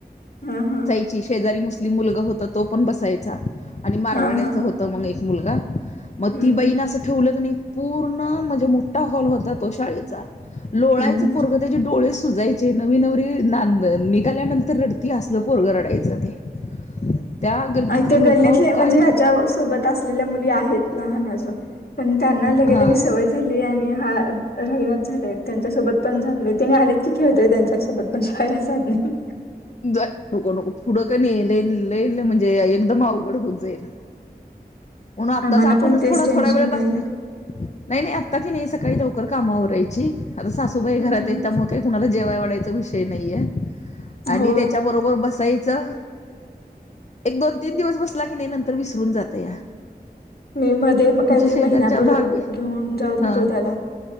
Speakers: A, on the left; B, on the left.
A: हा हा.
B: शेजारी मुस्लिम मुलगा होता तो पण बसायचा, आणि मारवाड्याच
A: हा हा
B: होत मूल एक. मुलगा, मग
A: हम्म
B: ती बाईन
A: हम्म
B: असं ठेवलं की नयी पूर्ण म्हणजे मोठा हॉल होता तो शाळेचा, लोळायच
A: हम्म हम्म
B: पोरग त्याचे डोळे सुजायचे, नवी नवरी नांद निघाल्यानंतर रड ती असलं पोरग रडायचं ते. त्या गल्लीतली
A: आय ते
B: लोक
A: गल्लीतले
B: अहो
A: आहे,
B: काय
A: म्हणजे ह्याच्या सोबत. असलेल्या मुली आहेत, लहान अजून, पण त्यांना लगेलगे
B: हा
A: सवय झाली. आणि हा राहिनाच झालाय, त्यांच्यासोबत पण जात नाही, त्यांनी आलीत की खेळतोय त्यांच्यासोबत. पण शाळेला जात नाही.
B: जा नको-नको पुढं का नई लय-लय म्हणजे एकदम अवघड होत जाईल. म्हणून आत्ताच
A: आम्हाला
B: आपणच
A: पण तेच
B: थोडा-थोडा
A: टेन्शन
B: वेळ बसलोय
A: यायला
B: आहे. नाही-नाही आत्ता की नाही, सकाळी लवकर काम आवडायची आता सासू सुबाई घरात
A: हम्म
B: आहेत, त्यामुळे काही कुणाला जेवाय वाढायचा विषय नाहीये, आणि
A: हो
B: त्याच्या बरोबर बसायचं, एक दोन-तीन दिवस बसला की नाही नंतर विसरून जातया.
A: मी मध्ये काहीतरी
B: शेजारच्या
A: महिनाभर
B: भाभी
A: घेऊन जात
B: हा
A: होतो त्याला.